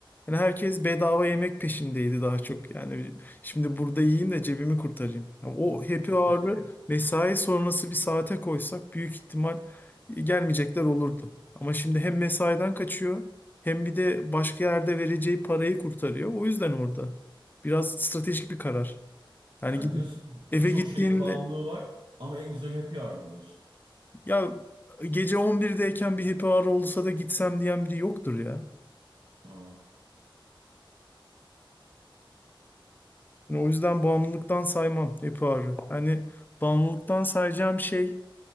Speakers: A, on the left (about 20°); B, on the right (about 65°).
A: yani herkes bedava yemek peşindeydi daha çok. Yani şimdi burada yiyeyim de cebimi kurtarayım. Ya o happy
B: O çok
A: hour'ı
B: kötü ya.
A: mesai sonrası bir saate koysak büyük ihtimal e, gelmeyecekler olurdu. Ama şimdi hem mesaiden kaçıyor hem bir de başka yerde vereceği parayı kurtarıyor. O yüzden orada biraz stratejik bir karar. Yani
B: Yani
A: gidip
B: diyorsun ki
A: eve
B: birçok
A: gittiğinde
B: şeyin bağımlılığı var ama en güzel happy hour mı diyorsun?
A: ya gece 11'deyken bir happy hour olsa da gitsem diyen biri yoktur ya.
B: Ha.
A: Yani o yüzden bağımlılıktan saymam happy hour'ı. Hani bağımlılıktan sayacağım şey